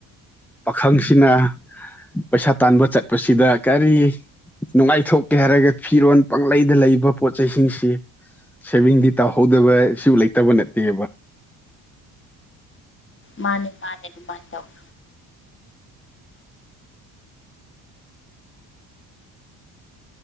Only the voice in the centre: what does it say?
ꯄꯥꯈꯪꯁꯤꯅ ꯄꯩꯁꯥ ꯇꯥꯟꯕ ꯆꯠꯄꯁꯤꯗ ꯀꯔꯤ꯫ ꯅꯨꯡꯉꯥꯏꯊꯣꯛꯀꯦ ꯍꯥꯏꯔꯒ ꯐꯤꯔꯣꯟꯜ ꯄꯥꯡꯂꯩꯗ ꯂꯩꯕ ꯄꯣꯠ ꯆꯩꯁꯤꯡꯁꯤ꯫ ꯁꯦꯚꯤꯡꯗꯤ ꯇꯧꯍꯧꯗꯕ ꯁꯨ ꯂꯩꯇꯕ ꯅꯠꯇꯦꯕ꯫